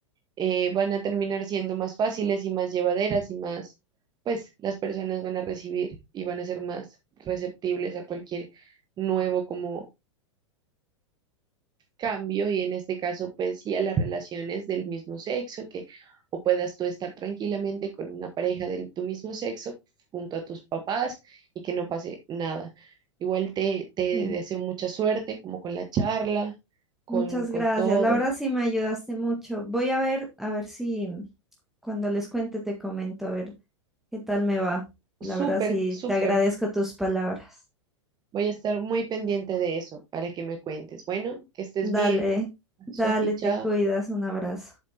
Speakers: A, on the right; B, in the centre.
A: eh, van a terminar siendo más fáciles y más llevaderas y más, pues las personas van a recibir y van a ser más receptibles a cualquier nuevo como cambio y en este caso pues sí a las relaciones del mismo sexo, que o puedas tú estar tranquilamente con una pareja de tu mismo sexo junto a tus papás y que no pase nada. Igual te, te
B: Sí.
A: deseo mucha suerte como con la charla, con,
B: Muchas
A: con
B: gracias,
A: todo.
B: la verdad sí me ayudaste mucho. Voy a ver, a ver si... Cuando les cuente, te comento a ver qué tal me va. La
A: Súper,
B: verdad, sí,
A: súper.
B: te agradezco tus palabras.
A: Voy a estar muy pendiente de eso para que me cuentes. Bueno, que estés
B: Dale,
A: bien.
B: dale,
A: Sofi, chao.
B: te cuidas. Un abrazo.